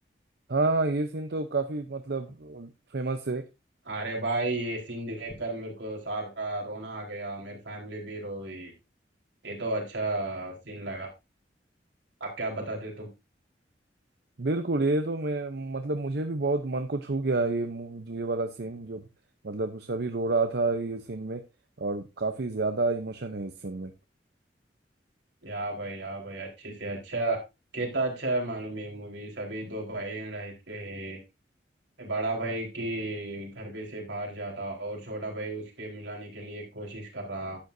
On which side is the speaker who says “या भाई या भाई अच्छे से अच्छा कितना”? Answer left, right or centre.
Right